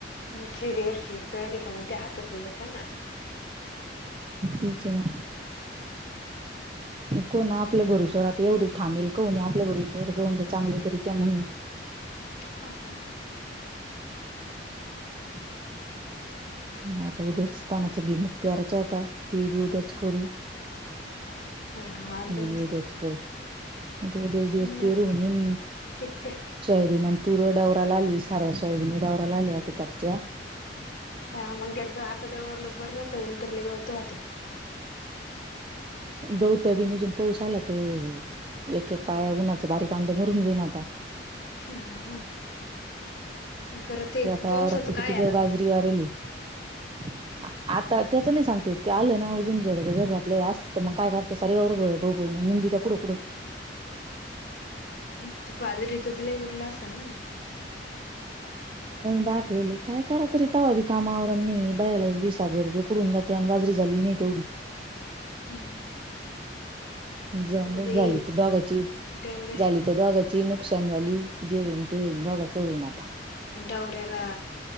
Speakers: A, on the left; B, on the right.
A: शिरीवर शिर च ठ मग ते हातच सुोजत ना
B: तेच ना. कोण आपल्या भरविश्वर आता एवढे थांबेल, कोणी आपल्या भरश्वर जाऊन तर चांगले करी त्या्या म्हणून
A: हां हा.
B: <unintelligible> आता उद्याच कोणाचा भिमुख प्यारायचा होता ते बी उद्याच करू.
A: ह हा
B: हे
A: जमत
B: बी बेच करू आता बेच दिवस
A: नाही
B: पेहरू
A: आता
B: म्हण.
A: ठीक आहे
B: सोयाबीनंतुर डारा ला आली साऱ्या सोयाबीनी डावरा ला आल्या तिकडच्या.
A: हा म्हगजे अग आता डोर लग बर राहत नंतर ल गावतहते
B: गौत बीनुजून पाऊस आला तर एक एक पाळ्या उन्हाचं बारीक अंडं मरून जाईन आता.
A: हा पर ते
B: एका
A: पाऊसच
B: वावरात तर
A: काय
B: किती
A: आता
B: ग बाजरी वारेली <unintelligible> <inaudible> आता त्याच नाही सांगते, ते आलं ना अजून जड जर घातलेय असत, मग काय करते सारी बा भाऊ ब ना निंदी कडकड.
A: अध रत झाला उगला अस ना
B: दाठवेल काय करा तरी तवा भी कामावरांनी बायाला वीस हजार रुपये कडून द्या त्यान बाजरी झाली नाही तेवढी
A: हम <unintelligible>
B: ज
A: ते
B: झाली तर दोघाची
A: डवरे
B: झाली ्या दोघांची नुकसान झाली जे होईन ते होईन दोघा चं होईन आता
A: डवऱ्याला